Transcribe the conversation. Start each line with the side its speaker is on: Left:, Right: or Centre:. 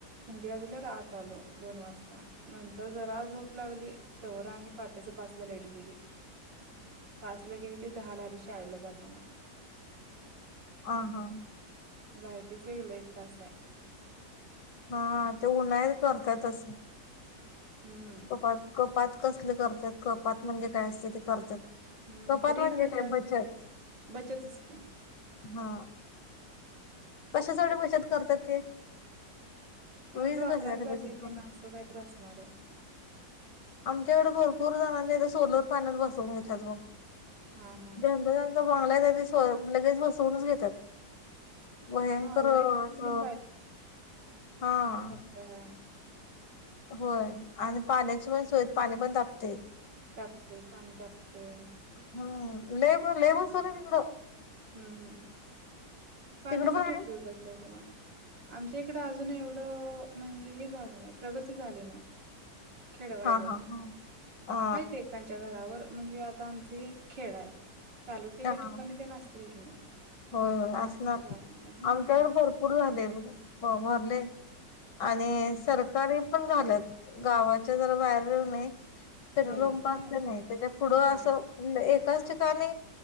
Right: थंडीला झाल्या आत आलो दोन वाजता. नंतर जरा झोप लागली तर आम् पाटाच्या पाचला लाईट गेली. पास ला गेली ते दहा ला आली शाळेला जाताना
Left: ह हा.
Right: लायटीच वगलय तास आहे.
Left: हा ते उन्हाहीत करतात असं.
Right: हम्म.
Left: कपात कपात कसले करतात कपात म्हणजे काय असते ते करतात.
Right: हम्म
Left: कपात
Right: तरी
Left: म्हणजे
Right: इकडं
Left: काय
Right: जास्त
Left: बचत.
Right: बचतच की
Left: हा कशासाठीडे पैशत करतात ते
Right: परत
Left: वीज
Right: वापरायसाठी
Left: कशासाठी बचत
Right: ते
Left: करू
Right: ना असं काहीत्र असणार आहे.
Left: आमच्याकडे भरपूर जणांच्या इथे सोलर पॅनल बसवून घेतल्यात ब
Right: हा हा
Left: ंदा बंगला आहे त्यांनी लगेच बसवूनच घेतात. भयंकर
Right: हा
Left: असं
Right: लाईट पूर्ण
Left: हा.
Right: हा.
Left: होय आणि पाण्याची पण सोय पाणी पण तापते.
Right: तापतंय पाणी तापतंय.
Left: हम् लय लय बसवल्यात इकडं.
Right: हम्म हम्म पाण्यासाठी
Left: तिकडं पण
Right: उपयोगाचाय
Left: आहे.
Right: बघा. आमच्या इकडं अजून एवढं म्हणजे हे झालं नाही प्रगती झाली नाही. खेळवायर
Left: हा हा हा हा
Right: आयत आमच्या घरावर म्हणजे आता आमच हे खेड आहे तालुक्याच्या
Left: हा हा,
Right: ठिकाणी ज आसतील कि मग
Left: होय होय असणार
Right: गावात हा
Left: आमच्याकडे भरपूर झाले भरले. आणि
Right: हम्म
Left: सरकारी
Right: हम्म.
Left: पण झालेत गावाच्या जरा बाहेर येऊ नय पेट्रोल
Right: झालंच
Left: पंप असत
Right: ना
Left: नाही त्याच्या पुढं
Right: हा
Left: असं एकाच ठिकाणी